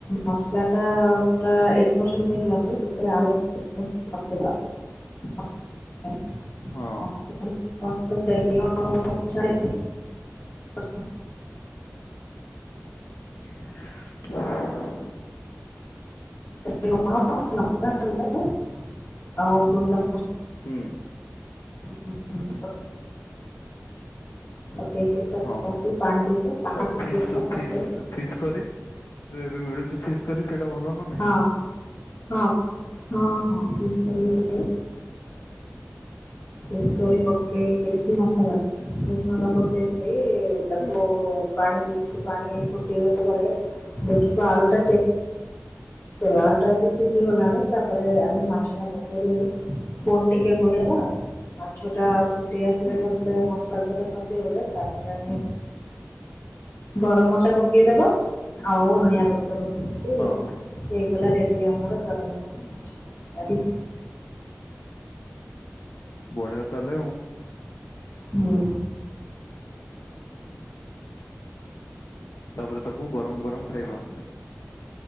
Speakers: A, on the left; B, on the left.
A: ମସଲା ଟା ପୁରା ଏଇଟ ପରସେଣ୍ଟ ହେଇଗଲା ପରେ ସେଥିରେ ଆ ନ <unintelligible>
B: ହଁ
A: ତେଲଛେଲ <unintelligible>
B: ହ <unintelligible>
A: <unintelligible> ଆଉ ଗୁଣ୍ଡ
B: ହୁଁ।
A: ି <unintelligible> ପକେଇକି ତାକୁ
B: ହଁ
A: କସି ପାଣି ଦେଇକି ପାଣି
B: ଆଉ
A: ଫୁଟେ
B: ଫିସ୍
A: ଆସିଲା
B: ଫିସ୍
A: ପରେ
B: ଫିସ୍ କରି ଯୋଉ ଏବେ ମିଳୁଛି ଫିସ୍ କରି ସେଟା ଭଲ ନା। ନାଇଁ
A: ହଁ ହଁ ହଁ ହଁ
B: ହୁଁ
A: ଫିସ
B: ହୁଁ
A: କରି କି ଫିସ୍
B: ହୁଁ
A: କରି ପକେଇକିରି ଫି ମସଲା। ଫିସ୍ ମସଲା ପକେଇକିରି ତାକୁ
B: ହୁଁ
A: ପାଣି ଦେ କିରି ପାଣି ଫୁଟଗଲା ପରେ ଦେଖିବା ଆଳୁ ଟା ଚେକ୍ କର ଆଳୁ ଟା ଯଦି ସିଝି ଗଲାଣି ତାପରେ ଆମେ ମାଛ ଟା ପକେଇ ଦେଇ ଫୁନ ଟିକେ ଘୋଡେଇବା ମାଛ ଟା ଫୁଟି ଆସିଲେ
B: ହୁଁ
A: ଭଲସେ ମ ରେ କସି ହେଲେ ତାପରେ ଆମେ ଗରମ ମସଲା ପକେଇଦବ ଆଉ ଧନିଆ ପତ୍ର ପକେଇକିରି
B: ହଁ
A: ହେଇଲା ରେଟି ଆମର ଗରମ ଗରମ୍ ମାଛ ତରକାରୀ।
B: ବଢିଆ ତାହଲେ ଆଉ
A: ହଁ।
B: ହୁଁ। ତାପରେ ତାକୁ ଗରମ ଗରମ ଖାଇବା।